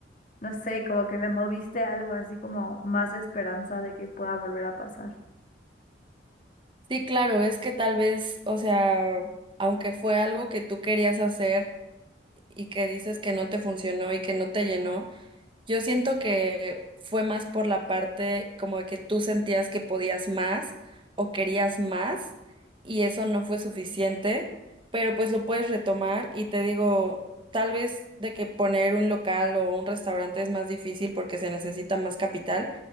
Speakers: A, on the left; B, on the right.
A: no sé, como que me moviste algo así como más esperanza de que pueda volver a pasar.
B: sí, claro, es que tal vez, o sea, aunque fue algo que tú querías hacer y que dices que no te funcionó y que no te llenó, Yo siento que fue más por la parte como de que tú sentías que podías más o querías más y eso no fue suficiente, pero pues lo puedes retomar y te digo, tal vez de que poner un local o un restaurante es más difícil porque se necesita más capital,